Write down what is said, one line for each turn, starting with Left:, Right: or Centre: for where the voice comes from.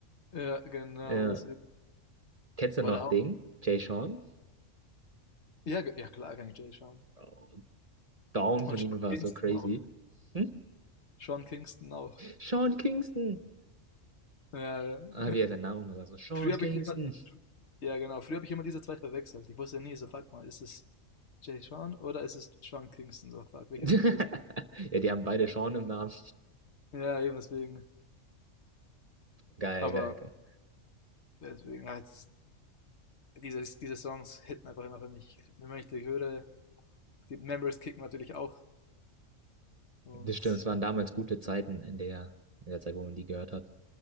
Left: Ja, genau,
Right: Ja.
Left: deswegen.
Right: Kennst du
Left: Oder
Right: noch Ding?
Left: auch.
Right: Jay Sean?
Left: Ja, ge- ja klar kann ich Jay schauen.
Right: Bro, Down
Left: Und
Right: von ihnen
Left: Sean
Right: war
Left: Kingston
Right: so crazy.
Left: auch.
Right: Hm?
Left: Sean Kingston auch.
Right: Sean Kingston.
Left: Ja, ja.
Right: Ah,
Left: <laughs>
Right: wie er seinen Namen immer sagt. So, Sean
Left: Früher habe
Right: Kingston.
Left: ich immer, ja genau, früher habe ich immer diese zwei verwechselt. Ich wusste nie, so fuck mal, ist es Jay Sean oder ist es Sean Kingston? So fuck, welches
Right: <laughs>
Left: Lied ist es?
Right: Ja, die haben beide Sean im Namen.
Left: Ja, eben deswegen.
Right: Geil,
Left: Aber
Right: geil, geil.
Left: deswegen, ja, dieses, diese, diese Songs hitten einfach immer für mich. Wenn ich die höre, die Memories kicken natürlich auch. Und
Right: Das stimmt, es waren damals gute Zeiten in der, in der Zeit, wo man die gehört hat.